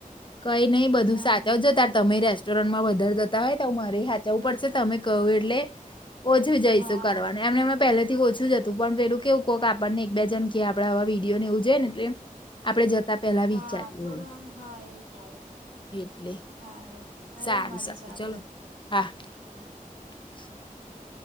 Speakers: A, on the left; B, on the right.
A: કંઈ નઈ બધું
B: સારું
A: સાચવજો તાર તમે મારા છો. ચરણમા વધારે જતા હોય તો મારી હા જવું પડશે તમે કહું એટલે ઓછું જઈશું
B: હા
A: કરવાનું એમને અમે પહેલા થી ઓછું જ હતું પણ પેલું કે એવું કોઈક આપણને એક બે જ ક કે આપણે આવા વિડીયો નેવું જોઈ ને એ આપડે જતા પેલા
B: હા
A: વિચારીવું.
B: થોડું આમ હા એવું થાય
A: એટલે
B: હા હેડો
A: સારું
B: મળીશું
A: સારું
B: આપડે
A: ચલો હા.
B: હા.
A: <unintelligible> <inaudible>